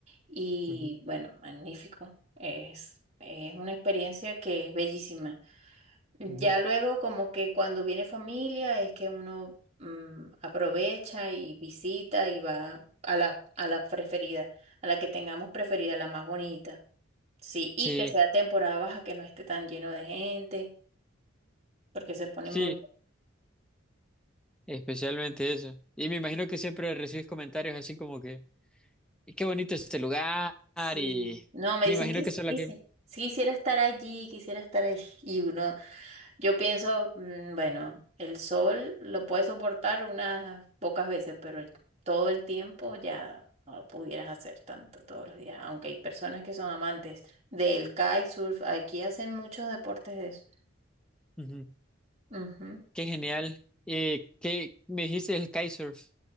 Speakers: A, on the right; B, in the centre.
A: y
B: Ujú,
A: bueno, magnífico, es, es una experiencia que es bellísima. Ya
B: ujú.
A: luego como que cuando viene familia es que uno mm, aprovecha y visita y va a la, a la preferida, a la que tengamos preferida, la más bonita. Sí, y
B: Sí,
A: que sea temporada baja, que no esté tan lleno de gente, porque se pone
B: sí,
A: muy...
B: especialmente eso. Y me imagino que siempre recibes comentarios así como que, "Y qué bonito es este lugar
A: Sí.
B: y
A: No, me
B: me
A: dicen
B: imagino
A: que
B: que eso es
A: quisiera,
B: la que...
A: quisiera estar allí, quisiera estar ahí. Y uno... Yo pienso, mm, bueno, el sol lo puedes soportar unas pocas veces, pero todo el tiempo ya no lo pudieras hacer tanto todos los días, aunque hay personas que son amantes del kitesurf. Aquí hacen muchos deportes de eso.
B: Ujú.
A: Ujú.
B: Qué genial. Eh, ¿qué me dijiste el kitesurf?